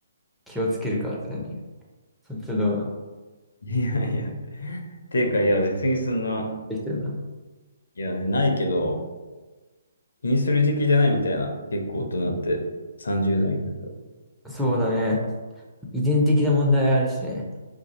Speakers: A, in the centre; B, on the left (about 65°).
A: 気をつけるかって何そっちはどうだ
B: いやいや。ていうか、いや、別にそんな、
A: できてるな。
B: いや、ないけど、気にする時期じゃないみたいな。結構大人って、30代になると。
A: そうだね。遺伝的な問題あるしね。